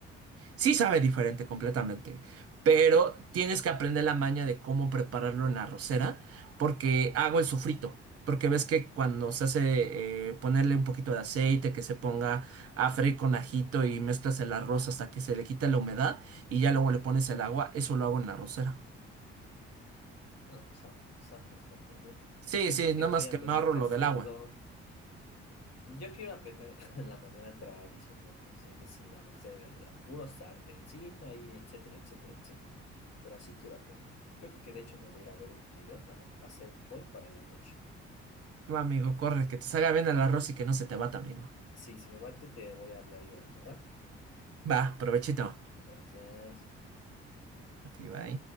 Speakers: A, on the right; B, on the left.
A: Sí sabe diferente completamente, pero tienes que aprender la maña de cómo prepararlo en la arrocera, porque hago el sofrito, porque ves que cuando se hace eh, ponerle un poquito de aceite, que se ponga a freír con ajito y mezclas el arroz hasta que se le quita la humedad y ya luego le pones el agua, eso lo hago en la arrocera.
B: No, zafo, zafo, zafo. Yo,
A: Sí,
B: yo
A: sí,
B: creo que
A: nada
B: voy
A: más
B: a
A: que
B: tener
A: me ahorro
B: que
A: lo
B: hacerlo.
A: del agua.
B: Yo quiero aprender <laughs> la manera tradicional, así de sin la rosera, de a puro sartencito ahí, etcétera, etcétera, etcétera. Pero así quiero aprender. Yo creo que de hecho me voy a ir a ver un video para hacer hoy para la noche.
A: Va, amigo, corre, que te salga bien el arroz y que no se te bata, amigo.
B: Si se me bate, te voy a hablar llorando, ¿va?
A: Va, provechito.
B: Gracias.
A: A ti, bye.